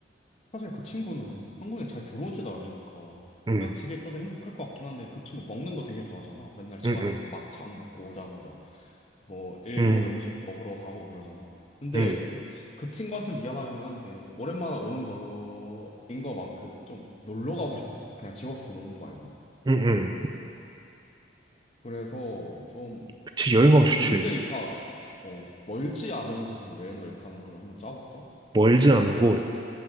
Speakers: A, on the left; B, on the right.
A: 사실 그 친구는 한국에 잘 들어오지도 않으니까,
B: 응,
A: 그냥 집에 있어도 행복할 것 같긴 한데, 그 친구 먹는 거 되게 좋아하잖아. 맨날 집
B: 응,
A: 앞에서
B: 응,
A: 막창 먹고 오자마자, 뭐, 일본
B: 응,
A: 음식 먹으러 가고 그러잖아. 근데,
B: 응,
A: 그 친구한테 미안하긴 한데, 오랜만에 오는 거인 것만큼 좀 놀러 가고 싶거든? 그냥 집 앞에서 노는 거 말고.
B: 응, 응.
A: 그래서 좀
B: 그치, 여행
A: 그 친구도
B: 가면 좋지.
A: 힘드니까 어, 멀지 않은 곳으로 여행을 가는 걸 한번 짜볼까?
B: 멀지 않은 곳.